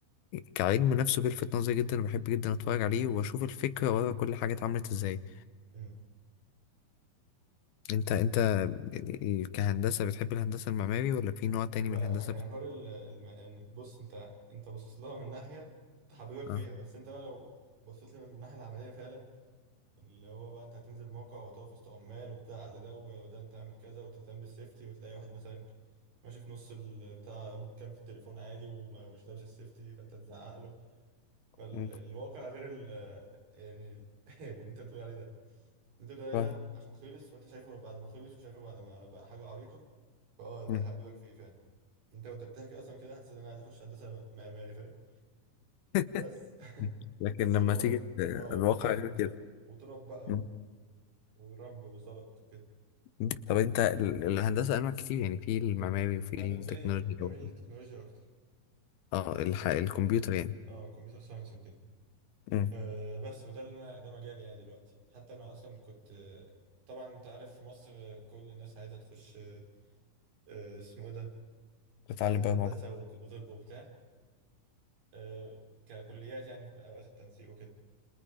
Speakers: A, on the left (about 80°); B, on the right (about 80°).
A: كعلم نفسه بيلفت نظري جدا وبحب جدا اتفرج عليه واشوف الفكرة ورا كل حاجة اتعملت ازاي
B: امم
A: انت انت يعني كهندسة بتحب الهندسة المعماري ولا في نوع تاني
B: لا
A: من الهندسة
B: ح- يعني
A: بت...
B: حوار ال... الم... إن- بص انت انت باصص لها من ناحيه تحببك فيها
A: اه
B: بس انت بقى لو بصيت لها من الناحيه العمليه فعلا اللي هو بقى انت هتنزل موقع وهتقف وسط عمال وتزعق لده و- وده انت اعمل كذا وتهتم بالسيفتي وتلاقي واحد مثلا ماشي في نص البتاع كان في التليفون عادي ومش لابس السيفتي فانت تزعق فالواقع
A: مم.
B: غير ال يعني ال- <laughs> اللي انت بتقول عليه ده اللي انت بتقول عليه
A: فاهم.
B: ده عشان خلص وانت شايفه بعد ما خلص وشايفه بعد ما بقى حاجة عريقة فاه
A: مم.
B: ده هيحببك فيه فعلا انت وانت بتحكي اصلا كده حسيت ان انا عايز اخش هندسة معماري فاهم
A: <laughs>
B: بس <laughs>
A: لكن
B: بس
A: لما
B: الواقع
A: تيجي ت-
B: اه
A: الواقع
B: الواقع غير
A: غير كده
B: كده وتراب بقى
A: مم.
B: و... ورمل وزلط وكده
A: مم. طب انت ال- الهندسة انواع كتير يعني في المعماري وفي
B: انا بالنسبة
A: التكنولوجيا
B: لي بميل
A: و-
B: للتكنولوجيا اكتر
A: اه الح... الكمبيوتر يعني
B: اه كمبيوتر ساينس وكده
A: مم.
B: أه بس وده اللي انا ده مجالي يعني دلوقتي حتى انا اصلا كنت آه، طبعا انت عارف في مصر آه، كل الناس عايزه تخش آه، آه، اسمه ايه ده
A: تتعلم
B: آه، هندسه
A: برمجة
B: وك- وطب وبتاع أه ككليات يعني في اوقات التنسيق وكده